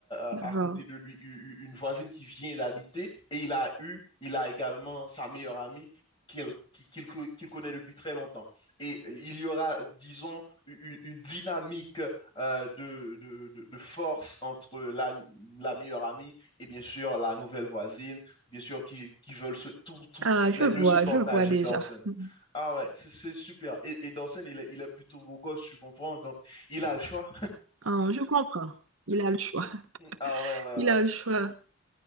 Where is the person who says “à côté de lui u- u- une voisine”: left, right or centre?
Left